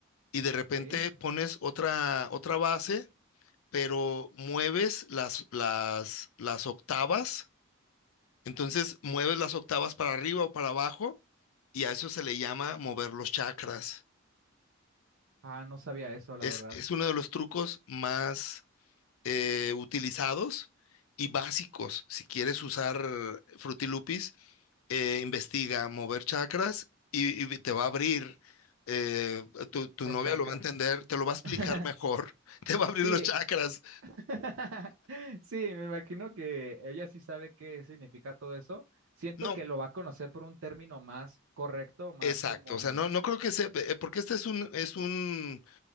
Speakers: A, on the left; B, on the right.
A: y de repente
B: ¿Qué?
A: pones otra, otra base, pero mueves las, las, las octavas. Entonces mueves las octavas para arriba o para abajo, y a eso se le llama mover los chakras.
B: Ah, no sabía eso, la
A: Es,
B: verdad,
A: es uno de los trucos más eh, utilizados y básicos. Si quieres usar Fruity Loops, eh, investiga mover chakras y, y te va a abrir. eh, tu, tu
B: el
A: novia
B: chakra.
A: lo va a entender, te lo va a explicar
B: <laughs>
A: mejor, <laughs> te va a abrir
B: Sí,
A: los chakras.
B: <laughs> Sí, me imagino que ella sí sabe qué significa todo eso. Siento
A: No,
B: que lo va a conocer por un término más correcto, más
A: exacto,
B: como
A: o sea, no, no creo que sea, eh, porque este es un, es un,